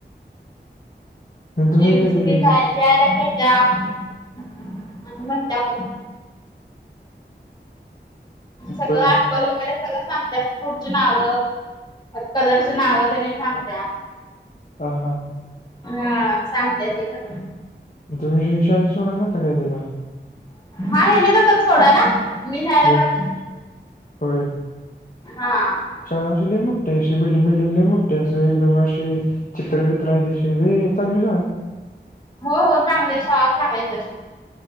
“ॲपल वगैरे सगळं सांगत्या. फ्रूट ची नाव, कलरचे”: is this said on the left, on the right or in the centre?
Left